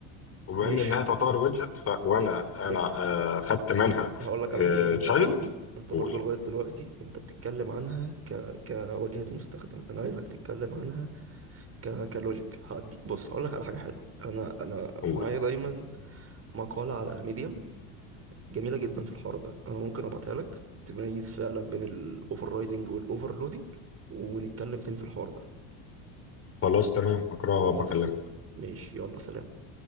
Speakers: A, on the left; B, on the right.
A: وبما
B: ماشي
A: ان انها تعتبر ويدجت فانا انا
B: بس
A: آه خدت منها
B: هقول لك على
A: آه
B: حاجة انت
A: تشايلد
B: برضو انت
A: قول
B: برضو لغاية دلوقتي انت بتتكلم عنها ك... كواجهة مستخدم انا عايزك تتكلم عنها ك... كلوجيك هديك بص هقول لك على حاجة حلوة انا انا
A: قول
B: معايا دايما مقالة على ميديم جميلة جدا في الحوار ده انا ممكن ابعتها لك تميز فعلا بين الاوفر رايدنج والاوفرلودنج ونتكلم تاني في الحوار ده
A: خلاص تمام هقراها
B: خلاص
A: وبكلمك
B: ماشي يلا سلام